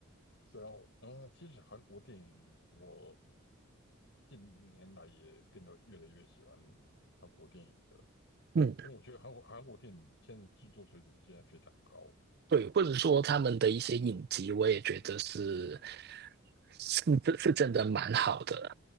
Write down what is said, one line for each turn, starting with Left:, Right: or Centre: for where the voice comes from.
Left: 对啊，我嗯，其实韩国电影我近年来也变得越来越喜欢韩国电影的，
Right: 嗯，
Left: 因为我觉得韩国韩国电影现在制作水准现在非常高。
Right: 对，或者说他们的一些影集，我也觉得是是是真的蛮好的。